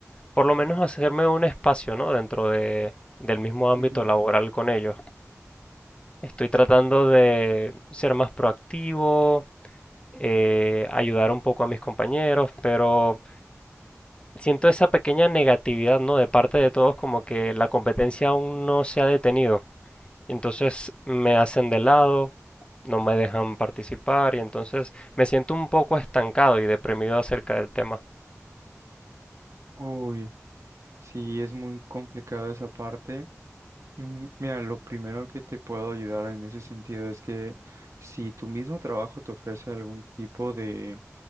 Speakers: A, on the left (about 20°); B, on the right (about 65°).
A: por lo menos hacerme un espacio, ¿no? Dentro de, del mismo ámbito
B: Ujú.
A: laboral con ellos. Estoy tratando de ser más proactivo, eh, ayudar un poco a mis compañeros, pero siento esa pequeña negatividad, ¿no? De parte de todos, como que la competencia aún no se ha detenido. Entonces me hacen de lado, no me dejan participar y entonces me siento un poco estancado y deprimido acerca del tema.
B: Uy, sí, es muy complicado esa parte. Ujú. Mira, lo primero que te puedo ayudar en ese sentido es que si tu mismo trabajo te ofrece algún tipo de